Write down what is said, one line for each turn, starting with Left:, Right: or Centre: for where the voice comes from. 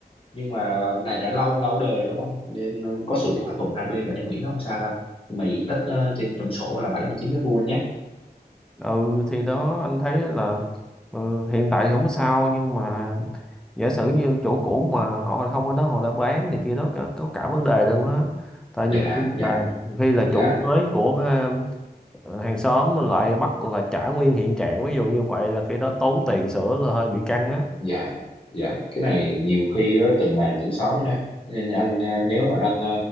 Left: nhưng mà này đã lâu lâu đời rồi anh nên có sự thỏa thuận hai bên rồi em nghĩ nó không sao đâu nhưng mà diện tích ờ, trên trong sổ là bảy mươi chín mét vuông nhé
Centre: ừ thì đó anh thấy là ờ, hiện tại thì không có sao nhưng mà giả sử như chỗ cũ mà họ không ở đó họ lại bán thì kia đó có, có cả vấn đề luôn á tại nhiều
Left: dạ
Centre: khi là
Left: dạ
Centre: nhiều khi là
Left: dạ
Centre: chủ mới của ờ, hàng xóm lại bắt là trả nguyên hiện trạng ví dụ như vậy là khi đó tốn tiền sửa là hơi bị căng á
Left: dạ dạ cái này nhiều khi ờ, tình làng nghĩa xóm ở đây nên anh ờ, nếu mà anh ờ,